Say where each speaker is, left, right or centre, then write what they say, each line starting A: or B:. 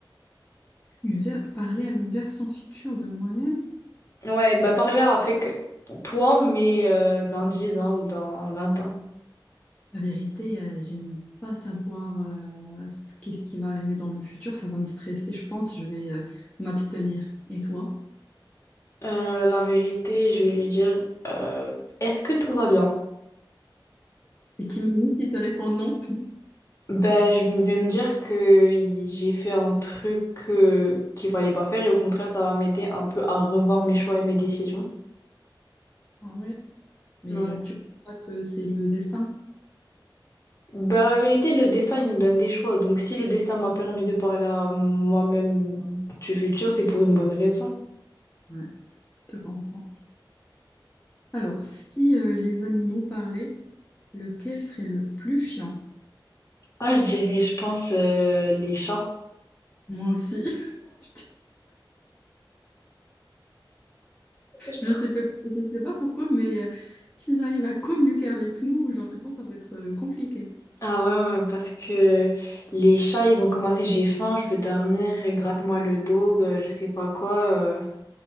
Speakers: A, on the left; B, on the left.
A: Une ver- parler à une version future de moi-même.
B: Ouais, bah parler avec toi, mais euh, dans 10 ans ou dans 20 ans.
A: La vérité, euh, j'aime pas savoir euh, ce qu'est-ce qui va arriver dans le futur. Ça va me stresser, je pense. Je vais euh, m'abstenir. Et toi?
B: Euh, la vérité, je vais lui dire, euh, est-ce que tout va bien?
A: Et t'imagines s'il te répond non?
B: Ben, je me- vais me dire que y- j'ai fait un truc euh, qu'il fallait pas faire et au contraire, ça va m'aider un peu à revoir mes choix et mes décisions.
A: Ah ouais. Mais
B: Ouais.
A: euh, tu penses pas que c'est le destin?
B: Ben, la vérité, le destin, il nous donne des choix. Donc, si le destin m'a permis de parler à moi-même du futur, c'est pour une bonne raison.
A: Ouais, je te comprends. Alors, si euh, les animaux parlaient, lequel serait le plus chiant?
B: Ah, je dirais, je pense, euh, les chats.
A: Moi aussi. <laughs> Je te-
B: Je
A: je sais pas, je sais pas pourquoi, mais euh, s'ils arrivent à communiquer avec nous, j'ai l'impression que ça va être euh, compliqué.
B: Ah ouais, ouais, parce que les chats, ils vont commencer, j'ai faim, je veux dormir, gratte-moi le dos, euh, je sais pas quoi. euh.